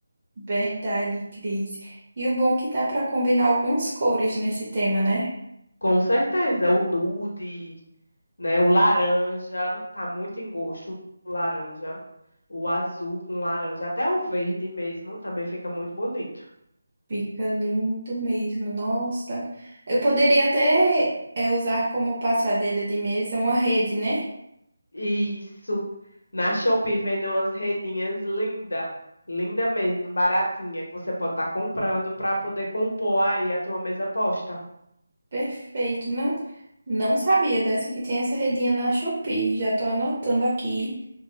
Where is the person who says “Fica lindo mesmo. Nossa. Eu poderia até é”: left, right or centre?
Right